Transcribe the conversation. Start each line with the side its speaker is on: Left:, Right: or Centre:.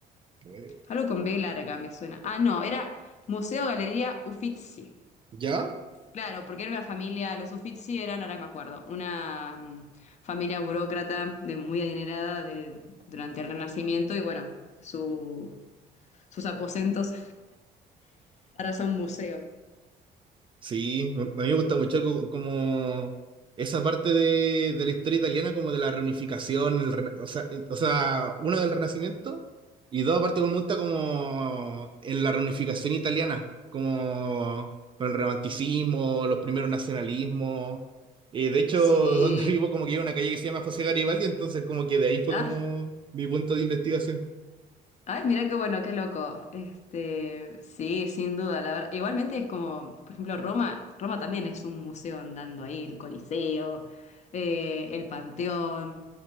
Right: Eh,
Left: Algo con B larga me suena. Ah, no, era Museo Galería Uffizi.
Right: ¿Ya?
Left: Claro, porque era una familia, los Uffizi eran, ahora me acuerdo, una mm, familia burócrata de, muy adinerada de- durante el Renacimiento y bueno, su- sus aposentos <laughs> ahora son museo.
Right: Sí, me- a mí me gusta mucho algo como esa parte de, de la historia italiana, como de la reunificación, el rena- o sea, eh, o sea, uno del Renacimiento y dos, aparte, como me gusta como en la reunificación italiana, como con el romanticismo, los primeros nacionalismos. Eh, de hecho,
Left: Sí.
Right: donde <laughs> vivo, como que hay una calle que se llama José Garibaldi, entonces, como que de ahí fue
Left: ah
Right: como mi punto de investigación.
Left: Ay, mira qué bueno, qué loco. Este, sí, sin duda, la verdad. Igualmente es como, por ejemplo, Roma, Roma también es un museo andando ahí, el Coliseo, eh, el Panteón.